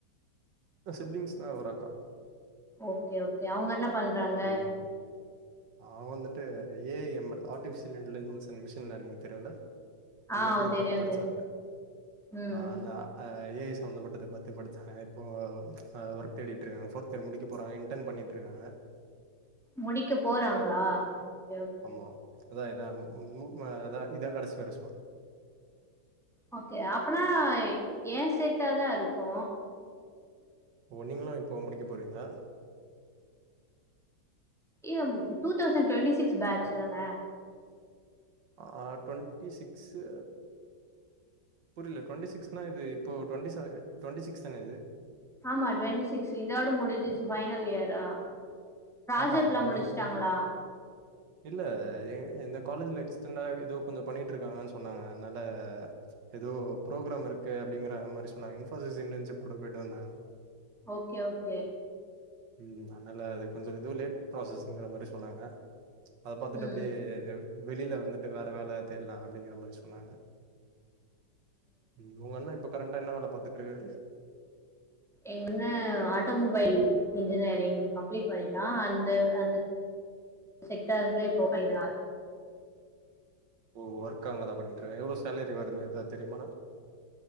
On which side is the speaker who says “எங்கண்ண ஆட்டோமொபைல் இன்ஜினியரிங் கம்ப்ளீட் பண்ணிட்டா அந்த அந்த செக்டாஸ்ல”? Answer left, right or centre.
Centre